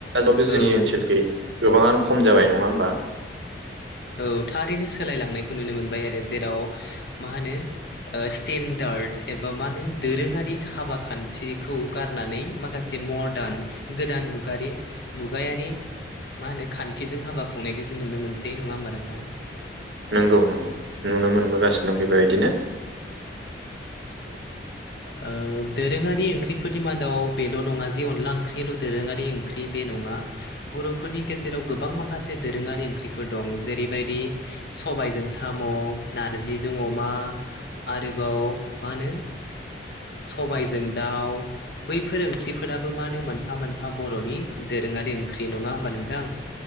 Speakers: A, on the right; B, on the left.
A: जोंनि
B: औ
A: ओनसोलखै गोबाङानो खम जाबाय नङा होमबा?
B: औ थारैनो सोलायलांनायखौ नुनो मोनबाय आरो जेराव मा होनो ओ स्टेन्डार्ड एबा मा होनो दोरोङारि खाबा खान्थिखौ गारनानै माखासे जे मदार्न गोदान मुगारि मुगायारि मा होनो खान्थिजों हाबा खुंनायखौसो नुनो मोनसै नङा होमबा नोंथां?
A: नंगौ नंगौ नुनो मोनबोगासिनो
B: औ
A: बेबायदिनो।
B: ओ दोरोङारि ओंख्रि फोरनि मादाव बेल' नङा जे अनला ओंख्रिल' दोरोङारि ओंख्रि बे नङा बर'फोरनि गेजेराव गोबां माखासे दोरोङारि ओंख्रिफोर दं जेरैबादि सबाइजों साम' जों अमा आरोबाव मा होनो सबायजों दाउ बैफोर ओंख्रिफोराबो मा होनो मोनफा मोनफा बर'नि दोरोङारि ओंख्रि नङा होमबा नोंथां